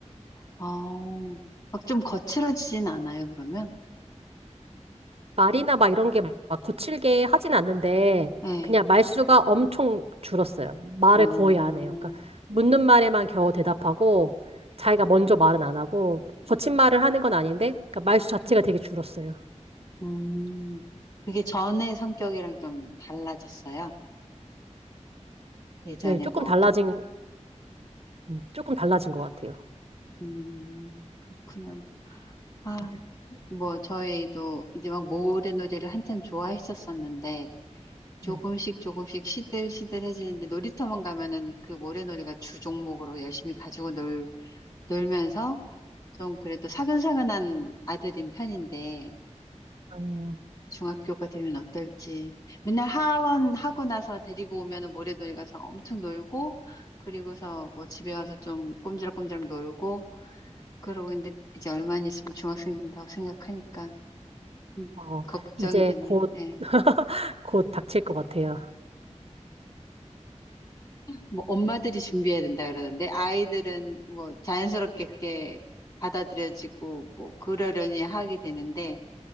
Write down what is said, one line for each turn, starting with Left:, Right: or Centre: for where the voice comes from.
Left: 어, 막 좀 거칠어지진 않아요, 그러면?
Right: <laughs> 말이나 막 이런 게 막 거칠게 하진 않는데,
Left: 예.
Right: 그냥 말수가 엄청 줄었어요. 말을
Left: 어,
Right: 거의 안 해요. 그러니까, 묻는 말에만 겨우 대답하고, 자기가 먼저 말은 안 하고, 거친 말을 하는 건 아닌데, 그러니까 말수 자체가 되게 줄었어요.
Left: 음. 그게
Right: 음,
Left: 전의 성격이랑 좀 달라졌어요. 예전에
Right: 네, 조금
Left: 뭐,
Right: 달라진,
Left: 봤,
Right: 음, 조금 달라진 것 같아요.
Left: 음, 그렇구나. 아,
Right: 네.
Left: 뭐, 저희도 이제 막 모래놀이를 한참 좋아했었었는데, 조금씩
Right: 네.
Left: 조금씩 시들시들해지는데, 놀이터만 가면은 그 모래놀이가 주 종목으로 열심히 가지고 놀, 놀면서, 좀 그래도 사근사근한 아들인 편인데
Right: 음,
Left: 중학교가 되면 어떨지 맨날 하원 하고 나서 데리고 오면은 모래놀이 가서 엄청 놀고 그리고서 뭐 집에 와서 좀 꼼지락꼼지락 놀고 그러고 있는데 이제 얼마 안 있으면 중학생 된다고 생각하니까 음,
Right: 어,
Left: 걱정이
Right: 이제
Left: 되네요.
Right: 곧,
Left: 예.
Right: <laughs> 곧 닥칠 것 같아요.
Left: 뭐 엄마들이 준비해야 된다 그러던데 아이들은 뭐 자연스럽게 그게 받아들여지고 뭐 그러려니 하게 되는데